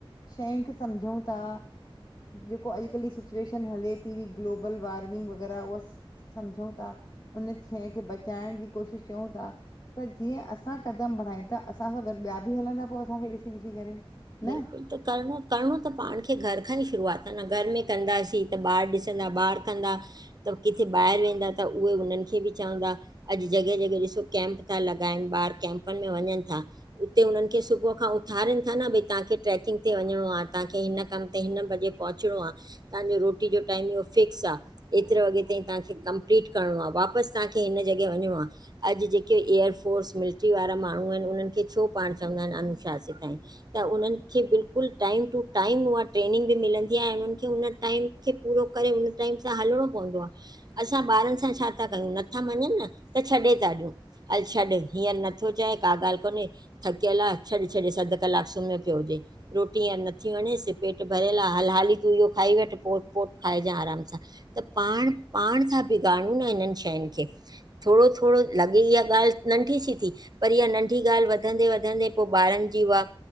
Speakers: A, on the left; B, on the right.
A: शयुनि खे सम्झऊं ता ॼेको अॼुकल्ह जी सिचुएशन हले ती वी ग्लोबल वार्मिंग वग़ैरह उहा स सम्झऊं ता उन शइ खे बचाइण जी कोशिश कयूं ता। त जीअं असां कदम बढ़ायूं ता असां सां गॾु ॿिया बि हलंदा पो असांखे ॾिसी ॾिसी करे। न
B: बिल्कुलु त करणो करिणो त पाण खे घर खां ई शुरुआत आ न, घर में कंदासीं त ॿार ॾिसंदा ॿार कंदा त किथे ॿाहिरि वेंदा त उहे उन्हनि खे बि चवंदा अॼु जॻह जॻह ॾिसो कैम्प ता लॻाइनि ॿार कैम्पनि में वञनि था। उते हुननि खे सुबुह खां उथारीनि था न भई तांखे ट्रेकिंग ते वञणो आ, तांखे हिन कमु ते हिन बजे पहुचणो आ, तांजो रोटी जो टाइम इहो फिक्स आ। एतिरे वॻे ताईं तव्हांखे कंपलीट करिणो आ, वापसि तव्हांखे हिन जॻह वञिणो आ। अॼु ॼेके एयर फोर्स मिलिट्री वारा माण्हू आहिनि उन्हनि खे छो पाण चवंदा आहिनि अनुशासीत आहिनि। त उन्हनि खे बिल्कल टाइम टू टाइम उहा ट्रेनिंग बि मिलंदी आहे। ऐं उन्हनि खे उन टाइम खे पूरो करे। हुन टाइम सां हलणो पवंदो आहे। असां ॿारनि सां छा था कयूं? नथा मञनि न त छॾे था ॾियूं? हल छॾ हींअर नथो चए का ॻाल्हि कोन्हे थकियल आहे। छॾ छॾ, अध कलाक सुम्हे पियोजे। रोटी हींअर नथी वणेस, पेट भरियल आहे। हाल, हाली तूं इहो खाई वठि, पो पोट खाइजांइ आराम सां। त, पाण-पाण सां बिगाड़ूं न हिनननि शयुनि खे। थोरो-थोरो, लॻे इहा ॻाल्हि नंढी सी थी। पर इहा नंढी ॻाल्हि वधंदे वधंदे पोइ ॿारनि जी उहा